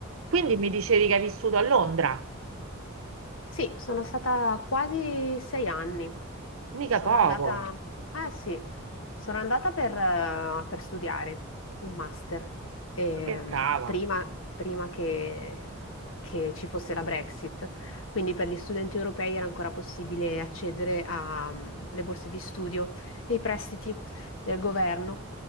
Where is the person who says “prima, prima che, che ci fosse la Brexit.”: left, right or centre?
Left